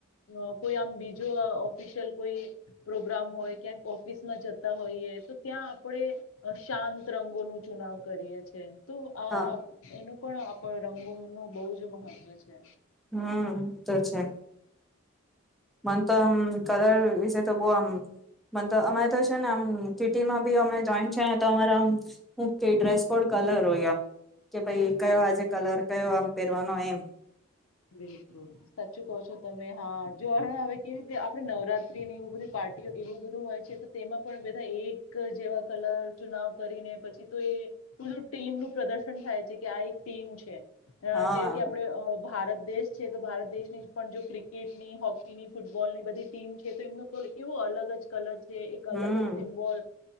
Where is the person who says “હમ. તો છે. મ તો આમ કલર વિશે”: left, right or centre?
Centre